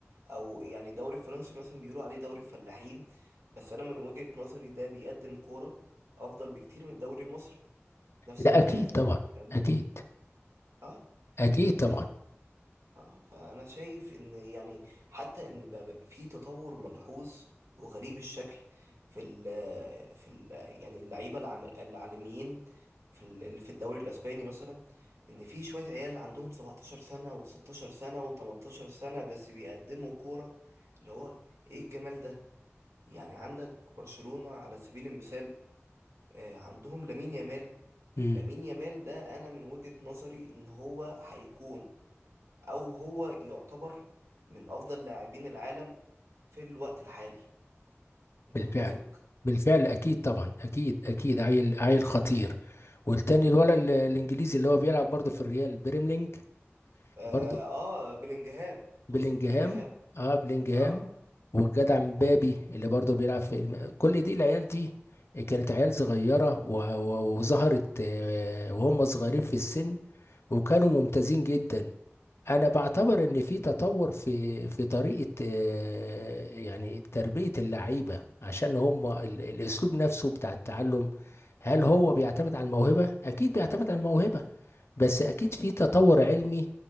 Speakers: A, on the right; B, on the left.
A: أو يعني الدوري الفرنسي مثلا بيقولوا عليه دوري الفلاحين بس أنا من وجهة نظري ده بيقدم كورة أفضل بكتير من الدوري المصري نفس
B: لا
A: الكلام
B: أكيد
A: في الدوري
B: طبعا
A: الألماني
B: أكيد
A: اه
B: أكيد
A: ف
B: طبعا
A: اه فانا شايف ان يعني حتى ان بقى بقى في تطور ملحوظ وغريب الشكل في ال في ال يعني اللعيبه العام- العالميين في ال- اللي في الدوري الاسباني مثلا ان في شويه عيال عندهم 17 سنه و16 سنه و18 سنه بس بيقدموا كوره اللي هو ايه الجمال ده يعني عندك برشلونه على سبيل المثال آه، عندهم لامين يامال
B: مم.
A: لامين يامال ده انا من وجهه نظري ان هو هيكون او هو يعتبر من افضل لاعبين العالم في الوقت الحالي انت
B: بالفعل
A: متفق
B: بالفعل اكيد طبعا اكيد اكيد عيل عيل خطير والتاني الولد ال- الانجليزي اللي هو بيلعب برضه في الريال بيرملينج
A: اه,
B: برضه
A: آه بلينجهام
B: بلينجهام
A: تقصد بلينجهام
B: اه بلينجهام
A: اه
B: والجدع مبابي اللي برضه بيلعب في الم... كل دي العيال دي كانت عيال صغيرة و... و... وظهرت آه، وهم صغيرين في السن وكانوا ممتازين جدا انا بعتبر ان في تطور في في طريقه آه، يعني تربيه اللعيبه عشان هم ال- الاسلوب نفسه بتاع التعلم هل هو بيعتمد على الموهبه اكيد بيعتمد على الموهبه بس
A: مم،
B: اكيد في تطور علمي